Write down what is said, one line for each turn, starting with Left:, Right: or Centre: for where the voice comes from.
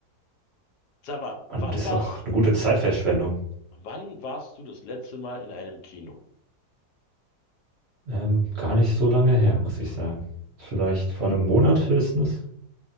Left: Sag mal,
Right: Und
Left: wann
Right: das
Left: war's
Right: ist auch eine gute Zeitverschwendung.
Left: Wann warst du das letzte Mal in einem Kino?
Right: Ähm, gar nicht so lange her, muss ich sagen. Vielleicht vor einem Monat höchstens.